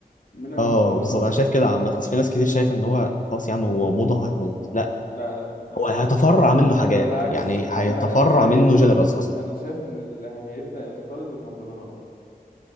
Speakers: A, on the left; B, on the left.
A: منها
B: اه
A: المهرجانات
B: بالظبط
A: مثلا
B: انا شايف كده عامه اصل في ناس كتير شايفه ان هو خلاص يا عم هو موضه وهتموت لا
A: لا لا لا,
B: هو
A: لا.
B: هيتفرع منه حاجات
A: ده بالعكس
B: يعني هيتفرع
A: انا انا شايف
B: منه جنرالز اصلا
A: انا شايف ان اللي هيبدأ ينقرض المهرجانات